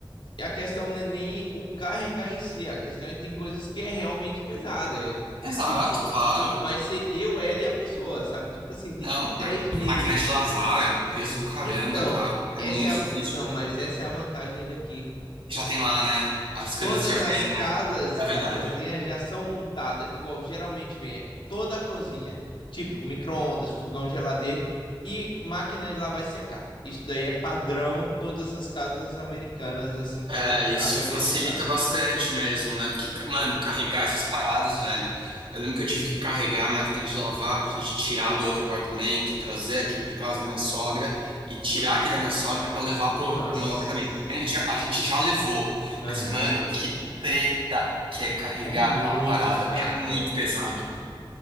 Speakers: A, on the left; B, on the right.
A: e a questão não é nem o carregar em si, a questão é que tem coisas que é realmente pesada. é,
B: Exato,
A: Tipo,
B: claro.
A: vai ser eu, ela e a pessoa, sabe? Tipo assim, tem
B: Não,
A: que ser três
B: ma-
A: mesmo.
B: máquina de lavar é um peso do caramba,
A: Então,
B: cara. É
A: essa
B: muito
A: é a.
B: difícil.
A: va- Não, mas essa é a vantagem daqui.
B: Já tem lá, né? As coisas
A: Todas
B: já vêm,
A: as casas
B: né? É verdade.
A: da cozinha já são montadas igual geralmente vem é toda a cozinha, tipo micro-ondas, fogão, geladeira e máquina de lavar e secar. Isso daí é padrão todas as casas americanas assim que
B: É,
A: a gente
B: isso
A: até onde
B: facilita
A: a gente sabe.
B: bastante mesmo, né? Porque, mano, carregar essas paradas, velho. Eu lembro que eu tive que carregar a máquina de lavar pra gente tirar do outro apartamento, trazer aqui por casa da minha sogra e tirar aqui da minha sogra pra levar pro,
A: Nossa.
B: pro novo apartamento. A gente, a gente já levou,
A: Aham.
B: mas, mano, que treta que é carregar
A: É muito
B: aquela parada.
A: chato.
B: É muito pesado.